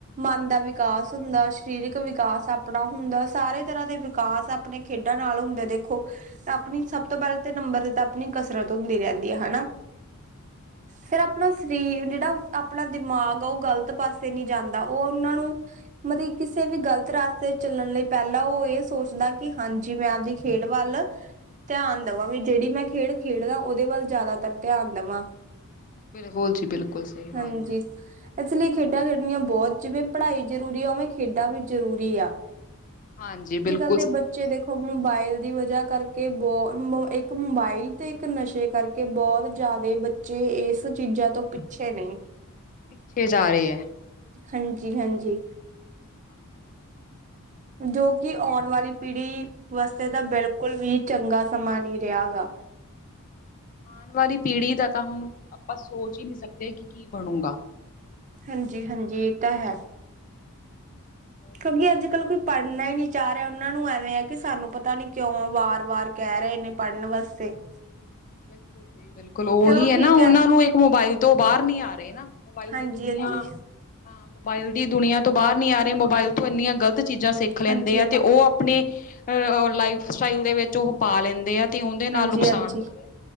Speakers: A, on the right; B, on the left.
A: ਮਨ ਦਾ ਵਿਕਾਸ ਹੁੰਦਾ, ਸ਼ਰੀਰਿਕ ਵਿਕਾਸ ਆਪਣਾ ਹੁੰਦਾ ਸਾਰੇ ਤਰ੍ਹਾਂ ਦੇ ਵਿ ਕਾਸ ਆਪਨੇ ਖੇਡਾਂ ਨਾਲ ਹੁੰਦੇ ਦੇਖੋ ਆਪਨੀ ਸਬ ਤੋਂ ਪੈਲ ਤੇ ਨੰਬਰ ਤੇ ਤਾਂ ਆਪਨੀ ਕਸਰਤ ਹੁੰਦੀ ਰੈਂਦੀ ਆ, ਹਨਾ। ਫੇਰ ਅਪਨਾ ਸਰੀਰ ਜੇੜਾ ਆਪਣਾ ਦਿਮਾਗ ਆ ਓ ਗਲਤ ਪਾਸੇ ਨੀ ਜਾਂਦਾ, ਓ ਓਨਾਂ ਨੂੰ ਮਤ ਕਿ ਕਿਸੇ ਵੀ ਗ਼ਲਤ ਰਾਸਤੇ 'ਚ ਚੱਲਣ ਲਈ ਪਹਿਲਾਂ ਓ ਏਸ ਸੋਚਦਾ ਕਿ ਹਾਂਜੀ ਮੈਂ ਆਪਦੀ ਖੇਡ ਵੱਲ ਧਿਆਨ ਦਵਾਂ ਵੀ ਜੇੜੀ ਮੈਂ ਖੇਡ ਖੇਡਦਾ, ਓਦੇ ਵੱਲ ਜ਼ਿਆਦਾਤਰ ਧਿਆਨ ਦਵਾਂ।
B: ਬਿਲਕੁਲ ਜੀ ਬਿਲਕੁਲ, ਸਈ ਬਾਤ।
A: ਹਾਂਜੀ
B: <unintelligible>
A: ਇਸ ਲਈ ਖੇਡਾਂ ਖੇਡਣੀਆਂ ਬੋਤ ਜਿਵੇਂ ਪੜ੍ਹਾਈ ਜ਼ਰੂਰੀ ਆ, ਓਵੇਂ ਖੇਡਾਂ ਵੀ ਜ਼ਰੂਰੀ ਆ।
B: ਹਾਂਜੀ ਬਿਲਕ
A: ਕੱਲ ਦੇ ਬੱਚੇ ਦੇਖੋ ਮੋਬਾਇਲ ਦੀ ਵਜ੍ਹਾ ਕਰਕੇ, ਬੋਤ ਏਕ ਮੋਬਾਇਲ ਤੇ ਏਕ ਨਸ਼ੇ ਕਰਕੇ ਬੋਤ ਜਿਆਦੇ ਬੱਚ ਚੇ ਇਸ ਚੀਜ਼ਾਂ ਤੋਂ ਪਿੱਛੇ ਨੇ।
B: ਪਿੱਛੇ ਜਾ ਰੇ ਐ।
A: ਹਾਂਜੀ ਹਾਂਜੀ।
B: ਹਾਂਜੀ-ਹਾਂਜੀ।
A: ਜੋ ਕਿ ਆਉਣ ਵਾਲੀ ਪੀੜੀ ਵਾਸਤੇ ਤਾਂ ਬਿਲਕੁਲ ਵੀ ਚੰਗਾ ਸਮਾਂ ਨੀ ਰਿਹਾ ਹੈਗਾ।
B: ਆਣ ਵਾਲੀ ਪੀੜ੍ਹੀ ਦਾ ਤਾਂ ਹੁਣ ਆਪਾਂ ਸੋਚ ਹੀ ਨੀ ਸਕਦੇ ਕਿ ਕੀ ਬਣੂਗਾ।
A: ਹਾਂਜੀ-ਹਾਂਜੀ, ਏ ਤਾਂ ਹੈ।
B: <inaudible>
A: ਕਿਉਂਕਿ ਅੱਜ
B: ਜੀ
A: ਕੱਲ੍ਹ ਕੋਈ ਪੜ੍ਹਨਾ ਈ ਨੀ ਚਾਹ ਰਿਆ, ਓਨਾਂ ਨੂੰ ਐਵੇਂ ਐ ਕਿ ਸਾਨੂੰ ਪਤਾ ਨੀ ਕਿਉ ਵਾਰ-ਵਾਰ ਕਹਿ ਰਹੇ ਨੇ ਪੜ੍ਹਨ ਵਾਸਤੇ। <inaudible>
B: ਬਿਲਕੁਲ ਜੀ ਬਿਲਕੁਲ, ਓਈ
A: ਚਲੋ
B: ਹੈ
A: ਠੀਕ
B: ਨਾ, ਓਨਾ ਨੂੰ ਇੱਕ ਮੋਬਾਈਲ ਤੋਂ ਬਾਰ ਨੀ ਆ ਰੇ ਨਾ। ਮੋਬਾਈਲ
A: ਹਾਂਜੀ-ਹਾਂਜੀ,
B: ਦੀ ਦੁਨੀਆਂ ਹਾਂ ਮੋਬਾਇਲ ਦੀ ਦੁਨੀਆਂ ਤੋਂ ਬਾਰ ਨੀ ਆ ਰੇ ਮੋਬਾਇਲ ਤੋਂ ਇੰਨੀਆਂ ਗਲਤ ਚੀਜ਼ਾਂ ਸਿੱਖ ਖ ਲੈਂਦੇ
A: ਹਾਂਜੀ-ਹਾਂਜੀ,
B: ਆ ਤੇ ਓ ਆਪਣੇ ਅ ਲਾਈਫ ਸਟਾਈਲ ਦੇ ਵਿੱਚ ਓ ਪਾ ਲੈਂਦੇ ਆ। ਤੇ ਉਹਦੇ ਨਾਲ
A: ਹਾਂਜੀ-ਹਾਂਜੀ,
B: ਨੁਕਸਾਨ ਹੋ ਰਿਹਾ